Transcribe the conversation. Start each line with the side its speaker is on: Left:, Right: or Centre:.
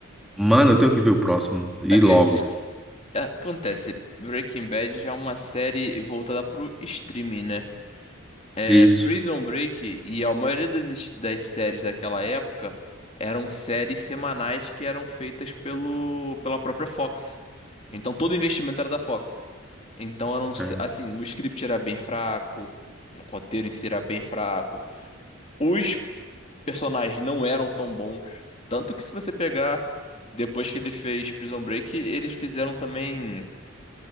Centre: mano, eu tenho que ver o próximo. E
Left: É que
Centre: logo.
Left: esse- é, acontece. Breaking Bad já é uma série voltada pro streaming, né? É,
Centre: Isso.
Left: Prison Break e a maioria das, es- das séries daquela época eram séries semanais que eram feitas pelo, pela própria Fox. Então todo o investimento era da Fox. Então eram,
Centre: É.
Left: assim, o script era bem fraco, o roteiro em si era bem fraco. Os personagens não eram tão bons, tanto que se você pegar depois que ele fez Prison Break, eles fizeram também